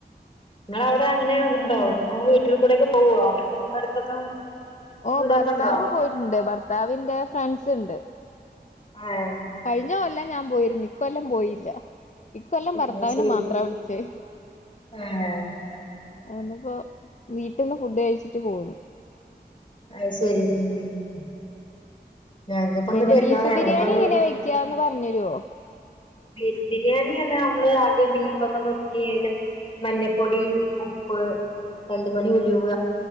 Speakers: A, on the left; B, on the left.
A: ഇങ്ങളെ അവടെ അങ്ങനെ ഇണ്ടോ
B: ആഹ് ആഹ്
A: വീട്ടിൽ കൂടെക്കെ പോവോ അടുത്തൊക്കെ
B: ഓ
A: വീടൊക്കെ
B: ഭർത്താവ്
A: ഉണ്ടോ
B: പോയിട്ടുണ്ട് ഭർത്താവിന്റെ ഫ്രണ്ട്സ് ഇണ്ട്
A: ഏഹ്.
B: കഴിഞ്ഞ കൊല്ലം ഞാൻ പോയിരുന്നു ഇക്കൊല്ലം പോയില്ല. ഇക്കൊല്ലം ഭർത്താവിനെ
A: അത് ശരി
B: മാത്രാ വിളിച്ചേ.
A: ഏഹ്
B: ന്നിപ്പോ വീട്ടിന്ന് ഫുഡ് കഴിച്ചിട്ട് പോന്നു.
A: അയ്ശെരി ഉം. ഞങ്ങക്കിപ്പൊ
B: പിന്നെ
A: ന്ന് പെരുന്നാളെ
B: ബീഫ്
A: ഞങ്ങളിപ്പോ
B: ബിരിയാണി
A: വ്
B: എങ്ങനെയാ വെക്കാന്ന് പറഞ്ഞരോ
A: ബീഫ് ബിരിയാണിയാണ് നമ്മള് ആദ്യം ബീഫൊക്കെ നുറുക്കിയാലും മഞ്ഞപ്പൊടി ഉപ്പ് രണ്ട് മണി ഉലുവ